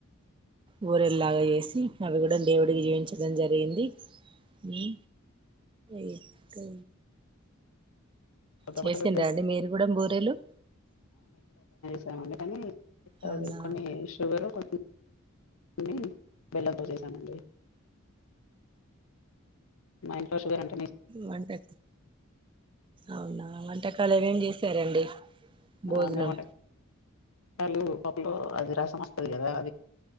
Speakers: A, on the right; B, on the left.
A: బూరెల్లాగ ఏసి అవి కూడ దేవుడికి ఏంచడం జరిగింది ఉమ్మ్మ్ ఎటు
B: కొత్త
A: చేసిండ
B: బట్టలు వేసుకు
A: అండి మీరు కూడ బూరెలు
B: అందుకనీ
A: అవునా
B: అది కొన్ని షుగర్ కొన్ని కొన్ని బెల్లంతొ చేశానండి మా ఇంట్లో షుగర్ అండ్
A: వంటలు, అవునా వంటకాలు ఏవేం చేశారండి భోజనం
B: ఆ మేమంటే పళు పప్పులు అది రసం వస్తది కదా